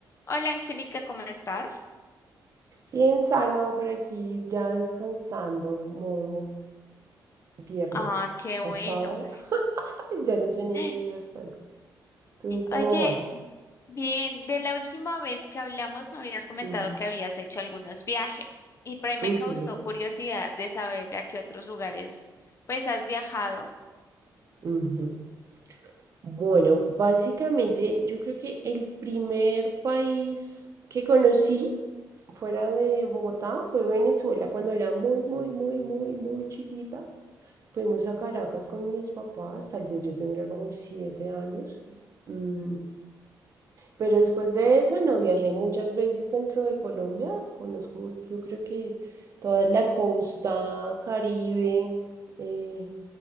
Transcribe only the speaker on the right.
Bien, Sara, por aquí ya descansando, modo viernes
o sábado. <laughs> Ya no sé ni
en qué día estoy. ¿Tú cómo
vas?
Ujú,
ujú,
ujú. Bueno, básicamente yo creo que el primer país que conocí fuera de Bogotá fue Venezuela cuando era muy, muy, muy, muy, muy chiquita. Fuimos a Caracas con mis papás, tal vez yo tendría como siete años. Mm, Pero después de eso, no viajé muchas veces dentro de Colombia. Conozco, yo creo que toda la costa Caribe. eh,